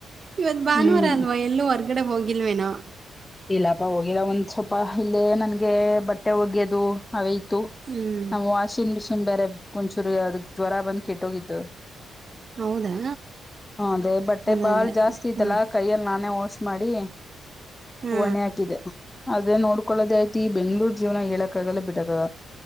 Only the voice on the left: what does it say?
ಹ್ಮ್
ಇಲ್ಲಪ್ಪ ಹೋಗಿಲ್ಲ ಒಂದ್ ಸ್ವಲ್ಪ ಇಲ್ಲೇ ನನ್ಗೆ ಬಟ್ಟೆ ಒಗೆ್ಯೋದು ಅವೇ.
ನ್ ವಾಷಿಂಗ್ ಮಿಷ. ಸು್ ಬೇರೆ ಒಂಚೂರು ಅದ ಜ್ವರ ಬಂದ್ ಕೆಟ್ಟೋಗಿತ್ತುು.
ಹದೇ ಬಟ್ಟೆ
ಬಾಳ್
ಜಾಸ್ತಿ ಇದಲ್ಲಾ
ಕೈಯಲ್ಲಿ ನಾನೇ ಹೋಷ. ಮಾಡಿ.
ಒಣೆ ಹಾಕಿದೆ. ಅದೇ ನೋಡ್ಕೊಳ್ಳದೇ ಆಯ್ತಿ ಈ ಬೆಂಗ್ಳೂರ್ ಜೀವನ ಹೇಳಕ್ಕಾಗಲ್ಲ ಬಿಟ್ಟಕ್ಕಾಗ.